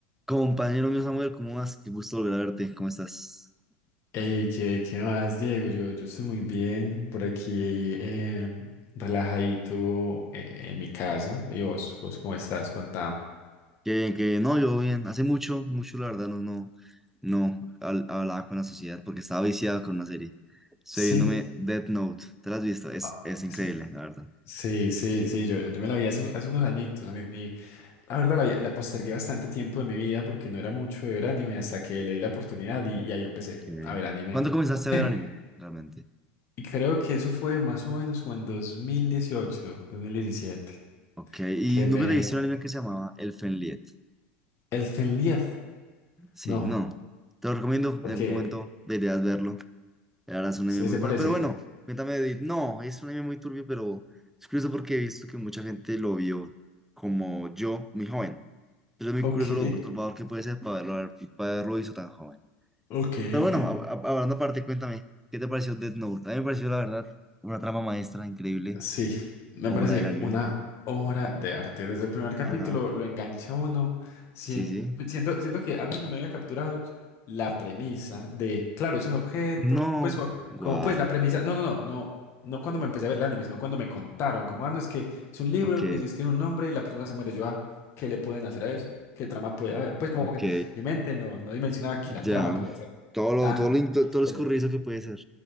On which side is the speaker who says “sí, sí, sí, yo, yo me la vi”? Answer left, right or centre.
Left